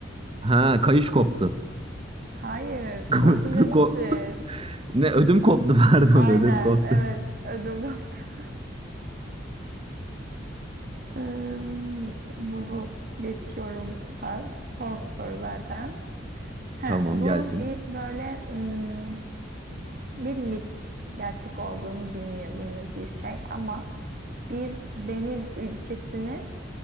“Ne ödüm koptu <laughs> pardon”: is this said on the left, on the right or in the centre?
Right